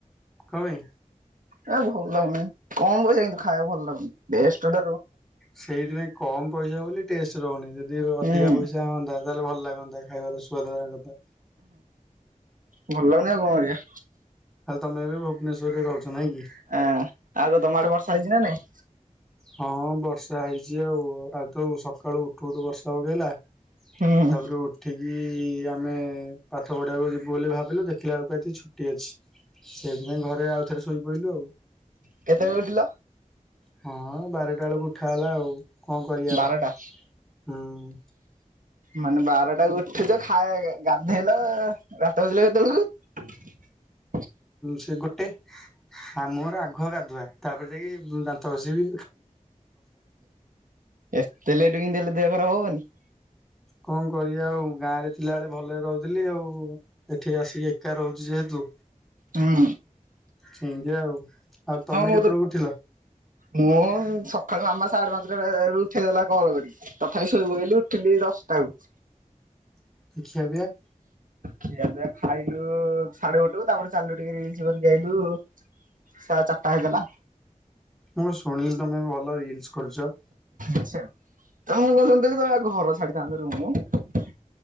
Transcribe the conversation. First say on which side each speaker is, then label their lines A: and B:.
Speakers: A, in the centre; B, on the right.
A: କଣ ପାଇଁ?
B: ଏ ଭଲ ଲାଗୁନି। କମ ପଇସା କିନ୍ତୁ ଖାଇବାକୁ ଭଲ ଲାଗୁନି। ବେଷ୍ଟ
A: ସେଇଥିପାଇଁ କମ ପଇସା ବୋଲି ଟେଷ୍ଟ ରହୁନି। ଯଦି ଅଧିକା
B: ହୁଁ
A: ପଇସା ହୁଅନ୍ତା ତାହେଲେ ଭଲ ଲାଗନ୍ତା ଖାଇବାର ସୁ୍ଆଦ
B: ଭଲ ଲାଗୁନି ଆଉ କଣ କରିଆ।
A: ତାହେଲେ ତମେ ଏବେ ଭୁବନେଶ୍ୱରରେ ରହୁଛ। ନାଇଁ କି?
B: ହଁ, ଆଉ କଣ ତମ ଆଡେ ବର୍ଷା ହେଇଚି ନାଁ ନାଇଁ?
A: ହଁ ବର୍ଷା ହେଇଛି ଆଉ। ଆଜି ତ ସକାଳୁ ଉଠୁ ଉଠୁ ବର୍ଷା ପକେଇଲା
B: ହୁଁ
A: ତାପରେ ଉଠିକି ଆମେ ପାଠ ପଢିବାକୁ ଯିବୁ ବୋଲି ଭାବିଲୁ ଦେଖିଲା ବେଳକୁ ଆଜି ଛୁ ଅଛି ସେଇଥିପାଇଁ ଘରେ ଆଉଥରେ ଶୋଇପଡ଼ିଲୁ ଆଉ।
B: କେତେବେଳେ ଉଠିଲ।
A: ହଁ ବାରଟା ଳକୁ ଉଠା ହେଲା ଆଉ କଣ କରିବା
B: ବାରଟା
A: ଆଉ। ହୁଁ।
B: ମାନେ ବାରଟାକୁ ଉଠୁଛ ଖାଏ ଗାଧେଇଲ ଦାନ୍ତ ଘସିଲ କେତେବେଳକୁ? <inaudible>
A: ସେ ଗୋଟେ ମୋର ଆଗ ଗାଧୁଆ ତାପରେ ଯାଇକି ଦାନ୍ତ ଘସିବି।
B: ଏତେ ଲେଟ କେମିତ୍ ହେଲେ ଦେହ ଖରାପ ହବନି।
A: କଣ କରିବା ଆଉ ଗାଁ ରେ ଥିଲା ବେଳେ ଭଲରେ ରହୁଥିଲି ଆଉ। ଏଠି ଆସିକି ଏକା ରହୁଛି ଯେହେତୁ।
B: ହୁଁ
A: ସେମିତି ଆଉ ଆଉ ତମେ
B: ହଁ ମୁଁ
A: କେତେବେଳକୁ
B: ତ
A: ଉଠିଲ?
B: ମୁଁ ସଖାଳୁ ଆମେ ସାଢ଼େ ପା ଉଠେଇ ଦେଲା କଲ କରିକି ତଥାପି ଶୋଇପକେଇଲି ଉଠେଇଲି ଦଶଟାବେଳକୁ।
A: <unintelligible>
B: ଖିଆ ପିଆ ଖାଇଲୁ ସାଢେ ଗୋଟେକୁ ତାପରେ ଚାଲିଲୁ ଟିକେ ରିଲସ କରିକି ଆଇଲୁ। ସା ଚାରିଟା ହେଇଗଲା।
A: ମୁଁ ଶୁଣିଲି ତମେ ଭଲ ରିଲ୍ସ କରୁଚ।
B: ଆଛା ତ ମୁଁ କଣ ଶୁଣିଥିଲି ତମେ ପା ଘର ଛାଡିଥାନ୍ତ ରୁମୁ।